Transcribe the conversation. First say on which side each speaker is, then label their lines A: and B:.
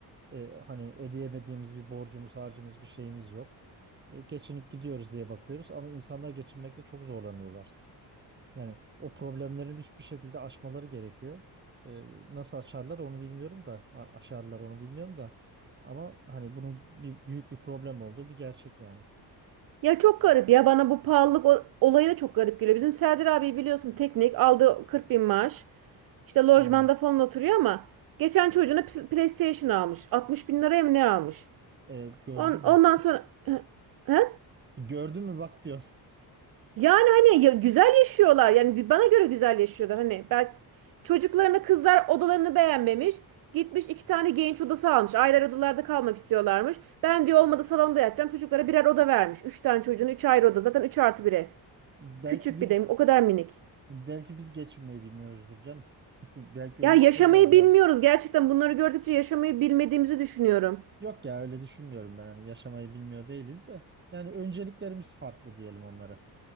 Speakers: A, on the right; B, on the right.
A: E, hani ödeyemediğimiz bir borcumuz, harcımız, bir şeyimiz yok. E, geçinip gidiyoruz diye bakıyoruz ama insanlar geçinmekte çok zorlanıyorlar. Yani o problemlerin hiçbir şekilde aşmaları gerekiyor. Ee, nasıl açarlar onu bilmiyorum da a- aşarlar onu bilmiyorum da ama hani bunun bir büyük bir problem olduğu bir gerçek yani.
B: Ya çok garip ya bana bu pahalılık o- olayı da çok garip geliyor. Bizim Serdar abi biliyorsun teknik aldığı 40 bin maaş. İşte lojmanda
A: Aynen.
B: falan oturuyor ama geçen çocuğuna PS- PlayStation almış. 60 bin liraya mı ne almış?
A: Ee, gördün
B: On,
A: mü?
B: ondan sonra... <clears throat> He?
A: Gördün mü bak diyor.
B: Yani hani ya güzel yaşıyorlar. Yani gü- bana göre güzel yaşıyorlar. Hani belki çocuklarına kızlar odalarını beğenmemiş. Gitmiş iki tane genç odası almış. Ayrı ayrı odalarda kalmak istiyorlarmış. Ben diyor olmadı salonda yatacağım. Çocuklara birer oda vermiş. Üç tane çocuğun üç ayrı oda. Zaten üç artı bire.
A: Belki
B: Küçük
A: biz
B: bir de o kadar minik.
A: belki biz geçinmeyi bilmiyoruzdur canım. <laughs> Belki öyle
B: Yani
A: bir
B: yaşamayı
A: problem var.
B: bilmiyoruz. Gerçekten bunları gördükçe yaşamayı bilmediğimizi düşünüyorum.
A: Yok ya öyle düşünmüyorum ben. Hani yaşamayı bilmiyor değiliz de. Yani önceliklerimiz farklı diyelim onlara.